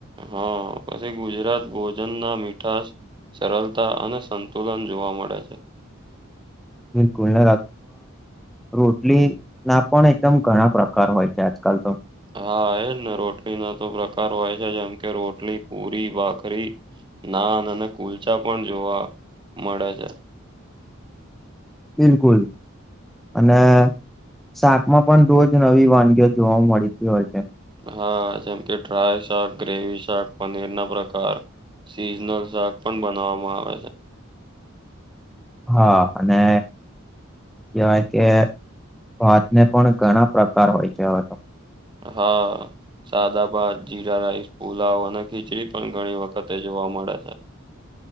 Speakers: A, on the right (about 25°); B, in the centre.
A: હા, પછી ગુજરાત ભોજન ના મીઠાશ, સરળતા અને સંતુલન જોવા મળે છે,
B: બિલકુલ ને રોટલી ના પણ એકદમ ઘણા પ્રકાર હોય છે. આજકાલ તો,
A: હા, એજ ને રોટલી ના તો પ્રકાર હોય છે. જેમ કે રોટલી, પુરી, ભાખરી, નાના નાના કુલચા પણ જોવા મળે છે.,
B: બિલકુલ. અને શાકમાં પણ રોજ નવી વાનગીઓ જોવા મળતી હોય છે,
A: હા જેમ કે ડ્રાય શાક, ગ્રેવી શાક, પનીર ના પ્રકાર, સિઝનલ શાક પણ બનાવવામાં આવે છે,
B: હા અને, કવાય કે ભાતને પણ ઘણા પ્રકાર હોય છે, હવે તો.,
A: હા સાદા ભાત જીરા રાઈસ પુલાવ અને ખીચડી પણ ઘણી વખતે જોવા મળે છે,